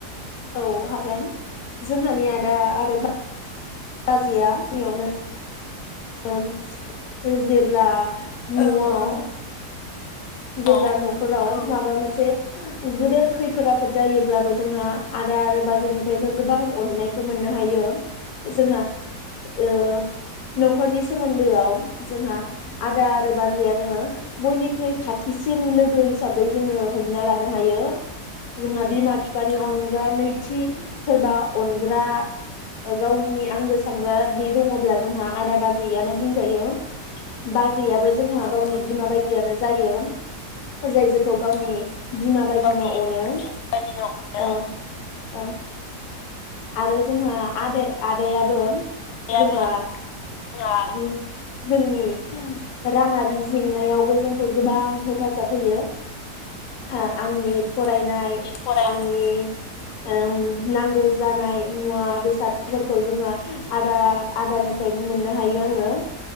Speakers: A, on the left; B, on the left.
A: औ हागोन जोंहानि आदा आरो बा बाजैया बेयावनो <unintelligible> जेब्ला न'आव
B: औ औ
A: जेब्ला
B: औ
A: नखराव
B: औ
A: माबा मोनसे गिदिर खैफोद आफोद जायोब्लाबो जोंहा आदा आरो बाजैनिफ्राय जों गोबां अननायखौ मोननो हायो जोंहा ओ नख'रनि सोमोन्दोआव जोंहा आदा आरो बाजैयानो बयनिख्रुइ खाथिसिन लोगो हिसाबै जोङो हमना लानो हायो जोंहा बिमा फिफानि
B: औ
A: अनगा नैथि सोरबा अनग्रा गावनि आंगो सानग्रा बे दङब्ला जोंहा आदा बाजैयानो बुंजायो बाज दैैयाबो जोंहा
B: औ
A: गावनि
B: औ
A: बिमा बायदियानो जायो। जाय जोंखौ गावनि
B: औ
A: बिमा बायदिनो
B: गावनि
A: अनो
B: बिमा बायदिनो अनो
A: औ औ आरो जोंहा आदा आदायाबो जोंहा
B: आबो जोंहा
A: उम जोंनि राङारि जेंनायावबो जोंखौ गोबां हे हेफाजाब होयो हा आंनि
B: जोंनि
A: फरायनाय
B: फरायनाय
A: आंनि ओ नांगौ जानाय मुवा बेसादफोरखौ जोहाआदा आदानि फ्रायननो मोननो हायो आङो